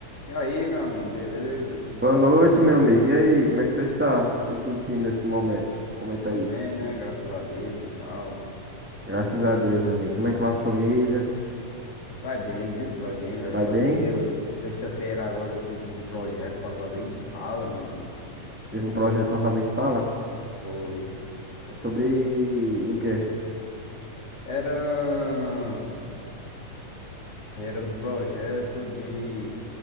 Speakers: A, on the left (about 45°); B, in the centre.
A: E aí, meu amigo, beleza? Como
B: Boa
A: tá
B: noite,
A: a vida?
B: meu amigo. E aí, como é que você está se sentindo
A: Tô,
B: nesse momento? Comenta
A: tô
B: aí.
A: bem, né? Graças a Deus e tal.
B: Graças
A: É,
B: a Deus, meu amigo. Como é que vai a família?
A: Vai bem, viu? Vai bem, graças
B: Vai
A: a
B: bem?
A: Deus. Sexta-feira agora eu tive um projeto pra fazer em sala, meu irmão.
B: Teve um projeto para fazer em sala?
A: Foi.
B: É sobre o quê?
A: Era... Era um projeto de...